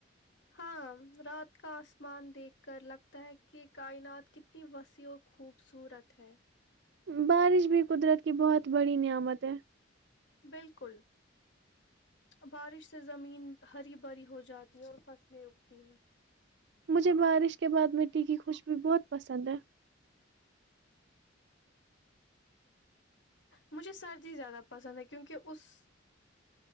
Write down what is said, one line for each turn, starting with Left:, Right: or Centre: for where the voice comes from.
Left: ہاں رات کا آسمان دیکھ کر لگتا ہے کہ کائنات کتنی وسیع اور خوبصورت ہے
Right: بارش بھی قدرت کی بہت بڑی نعمت ہے
Left: بالکل بارش سے زمین ہری بھری ہو جاتی ہے اور فصلیں اگتی ہیں
Right: مجھے بارش کے بعد مٹی کی خوشبی بہت پسند ہے
Left: مجھے سردی زیادہ پسند ہے کیونکہ اس